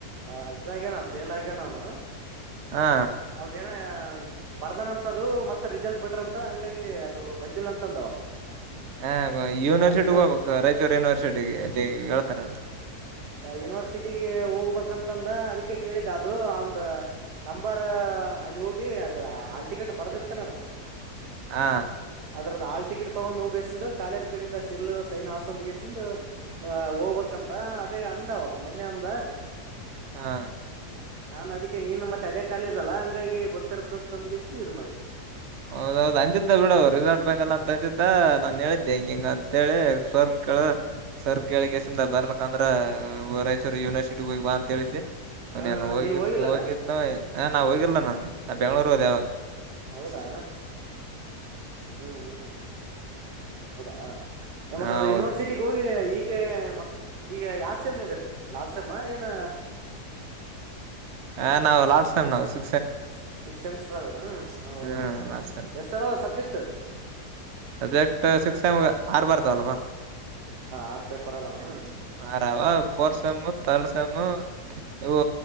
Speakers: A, on the right; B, on the right.
A: ಹ ಇದಾಗ್ಯ ನಾವ್ ಫೇಲ್ ಆಗ್ಯಾವನು
B: ಹಾ
A: ಅವದೇಏನ ಬರ್ದನಂತದು ಮತ್ತೆ ರಿಸಲ್ಟ್ ಬಿಟ್ರಂತ ಹಂಗಾಗಿ ಅದು ಬಂದಿಲ್ಲ ಅಂತಂದವ
B: ಹ ಯೂನಿವರ್ಸಿಟಿ
A: ರಿಸಲ್ಟ್
B: ಹೋಗ್ಬೇಕ ರಾಯಚೂರು ಯೂನಿವರ್ಸಿಟಿಗೆ ಅಲ್ಲಿ ಹೇಳ್ತಾರೆದು
A: ಯುನಿವರ್ಸಿಟಿಿಗೆ ಹೋಗ್ಬೇಕಂತಂದ ಅದಕ್ಕೆ ಕೇಳಿದ ಅದು ಅವಂದ ನಂಬರ್ ಅಲ್ಲಿ ಹೋಗಿ ಅದ ಆಲ್ತಿಗಟ್ಟು ಬರ್ದಿರ್ತನಲ್ಲ
B: ಹಾ
A: ಅದ್ರದ ಆಾಲ್ ಟಿಕೆಟ್ ತಗೊಂಡ್ ಹೋಗಿಸ ಕಾಲೇಜ್ ಕಡೆಯಿಂದ ಸಲ್ ಸೈನ್ ಹಸ್ಸಂದ್ ಗೈಸಿಂದ್ ಹೋಗ್ಬೇಕಂತ ತ್ತಾ ಅದೇ ಅಂದಾವ ಮೊನ್ನೆ ಅಂದ
B: ಹಾ
A: ನಾನ್ ಅದಕ್ಕೆ ನೀನ್ ಮತ್ತೆ ಅದೇ ಕಾಲೇಜ್ ಅಲ್ಲ ಹಂಗಾಗಿ ಗೊತ್ತಿರದಂತ ತಂದಗೆಸ ಇದ್ ಮಾಡಿದ.
B: ಹೌದೌದ ಅಂದಿದ್ದ ಬಿಡ ರಿಸಲ್ಟ್ ಬಂದಲ್ಲ ಅಂತ ಅಂತಿದ್ದ ನಾನ್ ಹೇಳಿದ್ದೆ ಹೆಂಗಿಂಗ ಅಂತ <unintelligible> ಅಂತೇಳಿ ಸರನ್ ಕೇಳ ಸರ್ ಕೇಳ ಕೆಸಂದ ಬರ್ಬೇಕ ಅಂದ್ರ ರಾಯಚೂರು ಯೂನಿವರ್ಸಿಟಿಗ ಹೋಗಿ ಬಾ ಅಂತ ಹೇಳಿದ್ದೆ. ನಾನೇನು
A: ಹಾ
B: ಹೋಗಿದ್
A: ನೀವ್ ಹೋಗಿಲ್ಲನ
B: ಹೋಗಿದ್ನೋ ನಾ ಹೋಗಿಲ್ಲ ನಾನು ನಾ ಬೆಂಗ್ಳೂರು ಹೋದೆ ಅವಾಗ.
A: ಹಿಂಗ ಹ್ಮ್ ಹ್ಮ್ ಹೌದಾ ಮತ್ತ
B: ಹ
A: ಅದು ಯೂನಿವರ್ಸಿಟಿ
B: ಹೌದು
A: ಹೋಗಿ ಈಗ. ಮತ್ತ ಈಗ ಯಾಸೇಮ್ಮ ಇದ್ರ ನೀವು ಲಾಸೇಮ್ಮ ಏನ.
B: ಹ ನಾವು ಲಾಡ್ಸಮ ನಾವು ಸಿ
A: ಅ ಸಿಕ್ಸ್ ಸೆಮಿಸ್ಟರ್ ಅದವೇನು ಹೌದು
B: ಹ್ಮ
A: ಹೌದು
B: ಲಾಸ್ಟ್ ಸೆಮ್
A: ಎಷ್ಟ ಅದವ ಸಬ್ಜೆಕ್ಟ್.
B: ಸಬ್ಜೆಕ್ಟ್ ಸಿಕ್ಸ್ ಸೆಮಗ್ ಆರ್ ಬರ್ತಾವಲ್ವಾ.
A: ಆರ್ ಪೇಪರ್ ಅದಾವನ
B: ಹ ಆರವ ಪೊರ್ಸ ಸೇಮೂ ತರ್ಡ್ ಸೆಮ್ಮು ಇವು